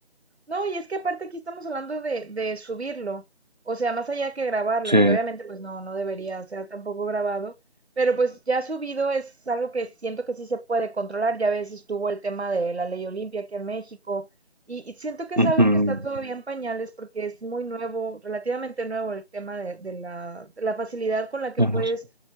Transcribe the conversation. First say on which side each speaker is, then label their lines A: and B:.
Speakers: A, on the right; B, on the right.
A: No, y es que aparte aquí estamos hablando de, de subirlo, o sea, más allá que grabarlo,
B: Sí.
A: que obviamente pues no, no debería ser tampoco grabado, pero pues ya subido es algo que siento que sí se puede controlar, ya a veces estuvo el tema de la ley Olimpia aquí en México, y, y siento que es
B: Ujú,
A: algo que está todavía en pañales porque es muy nuevo, relativamente nuevo el tema de, de la, de la facilidad con la que
B: bueno,
A: puedes
B: sí.